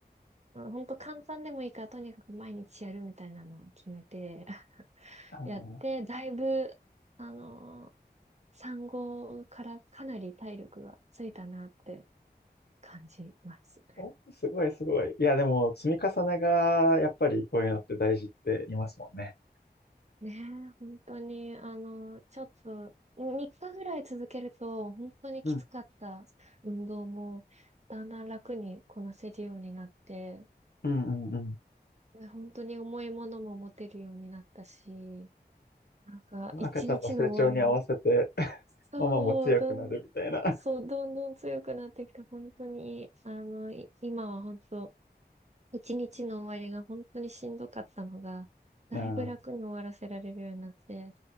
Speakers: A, on the right; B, on the left.
A: う、ほんと簡単でもいいから、とにかく毎日やるみたいなのを決めて <laughs>
B: あー
A: やって、だいぶ、あのー産後からかなり体力がついたなって感じます。
B: お、すごいすごい。いや、でも、積み重ねが、やっぱりこういうのって大事って言いますもんね。
A: ねえ、本当に、あの、ちょっと、3日ぐらい続けると、本当にきつかった運動も、
B: うん。
A: だんだん楽にこなせるようになって、
B: うんうんう
A: で本当に重いものも持てるようになったし、なんか、
B: ん。
A: 一日の終わりの、
B: 赤ちゃんの成長に合わせて <laughs>
A: そう、
B: ママも強くなるみたいな。
A: どん、そう、どんどん強くなってきて、本当に、あの、い今は本当、一日の終わりが本当にしんどかったのが、だいぶ楽に終わらせられるようになって、
B: うん。